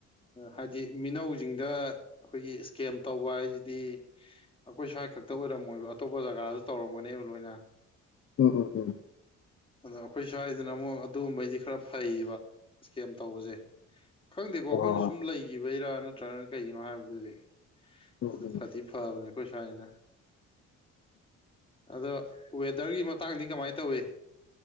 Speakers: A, on the left; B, on the left.
A: ꯍꯥꯏꯗꯤ ꯃꯤꯅꯧꯖꯤꯡꯗ ꯑꯈꯣꯏꯒꯤ ꯁꯀꯦꯝ ꯇꯧꯕ ꯍꯥꯏꯖꯤꯗꯤ ꯑꯩꯈꯣꯏ ꯁ꯭ꯋꯥꯏ ꯈꯛꯇ ꯑꯣꯏꯔꯝꯃꯣꯏꯕ ꯑꯇꯣꯞꯄ ꯖꯒꯥꯗꯁꯨ ꯇꯧꯔꯝꯒꯅꯦꯕ ꯂꯣꯏꯅ
B: ꯎꯝ ꯎꯝ ꯎꯝ ꯎꯝ
A: ꯑꯗꯣ ꯑꯩꯈꯣꯏ ꯁ꯭ꯋꯥꯏꯗꯅ ꯑꯃꯨꯛ ꯑꯗꯨꯒꯨꯝꯕꯩꯗꯤ ꯈꯔ ꯐꯩꯌꯦꯕ ꯀꯦꯝ ꯇꯧꯕꯖꯦ ꯈꯪꯗꯦꯀꯣ ꯑꯩꯈꯣꯏꯅ
B: ꯑꯣ
A: ꯁꯨꯝ ꯂꯩꯒꯤꯕꯩꯔꯥ ꯅꯠꯇ꯭ꯔꯒ ꯀꯩꯒꯤꯅꯣ ꯍꯥꯏꯕꯗꯨꯗꯤ
B: ꯎꯝ
A: ꯑꯗꯨ
B: ꯎꯝ
A: ꯐꯗꯤ ꯐꯕꯅꯦ ꯑꯈꯣꯏ ꯁ꯭ꯋꯥꯏꯖꯤꯅ ꯑꯗꯣ ꯋꯦꯗꯔꯒꯤ ꯃꯇꯥꯡꯗꯤ ꯀꯃꯥꯏ ꯇꯧꯏ